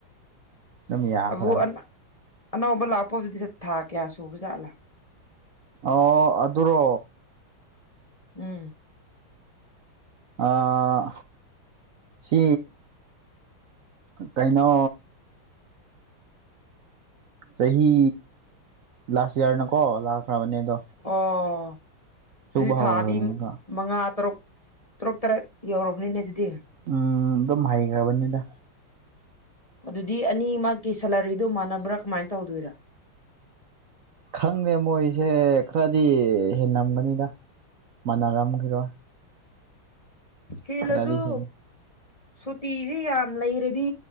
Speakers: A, on the right; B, on the left.
A: ꯑꯗꯨꯝ ꯌꯥꯈ꯭ꯔꯕꯅꯤ
B: ꯑꯕꯨ ꯑꯅ ꯑꯅꯧꯕ ꯂꯥꯛꯄꯕꯨꯗꯤ ꯊꯥ ꯀꯌꯥ ꯁꯨꯕ ꯖꯥꯠꯂꯥ
A: ꯑꯣ ꯑꯗꯨꯔꯣ
B: ꯎꯝ
A: ꯑꯥ ꯁꯤ ꯀꯩꯅꯣ ꯆꯍꯤ ꯂꯥꯁ ꯏꯌꯥꯔꯅꯀꯣ ꯂꯥꯛꯈ꯭ꯔꯕꯅꯦ ꯑꯗꯣ
B: ꯑꯣ ꯑꯗꯨꯗꯤ
A: ꯁꯨꯕ
B: ꯊꯥꯗꯤ
A: ꯍꯧꯔꯕꯅꯤꯅ
B: ꯃꯉꯥ ꯇꯔꯨꯛ ꯇꯔꯨꯛ ꯇꯔꯦꯠ ꯌꯧꯔꯕꯅꯤꯅꯦ ꯑꯗꯨꯗꯤ
A: ꯎꯝ ꯑꯗꯨꯝ ꯍꯩꯒ꯭ꯔꯕꯅꯤꯗ
B: ꯑꯗꯨꯗꯤ ꯑꯅꯤꯃꯛꯀꯤ ꯁꯦꯂꯔꯤꯗꯨ ꯃꯥꯟꯅꯕ꯭ꯔꯥ ꯀꯃꯥꯏꯅ ꯇꯧꯗꯣꯏꯔꯥ
A: ꯈꯪꯗꯦ ꯃꯣꯏꯁꯦ ꯈꯔꯗꯤ ꯍꯦꯜꯂꯝꯒꯅꯤꯗ ꯃꯥꯟꯅꯔꯝꯈꯤꯔꯣꯏ
B: ꯍꯦꯜꯂꯁꯨ
A: ꯈꯔꯗꯤ ꯍꯦꯜꯂꯤ
B: ꯁꯨꯇꯤꯁꯤ ꯌꯥꯝ ꯂꯩꯔꯗꯤ